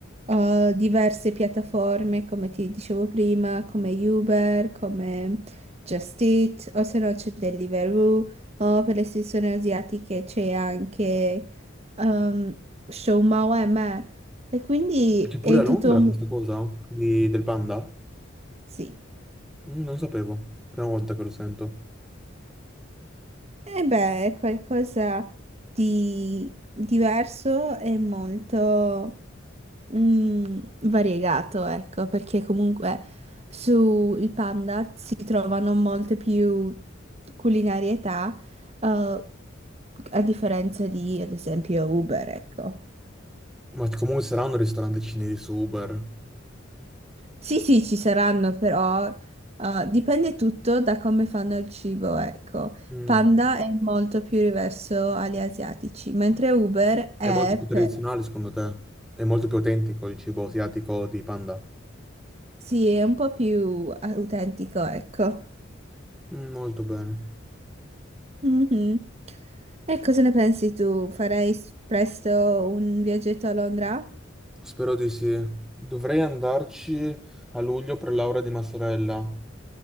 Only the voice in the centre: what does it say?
E C'è pure
a
Londra
questa Mm. cosa di- del panda?
Mm, non sapevo, prima volta che lo sento.
Ma comunque saranno ristoranti cinesi super.
Mm.
È molto più tradizionale
secondo te? È molto più autentico il cibo asiatico di Panda?
Mm, Molto bene.
Spero di sì. Dovrei andarci a luglio per laurea di massorella.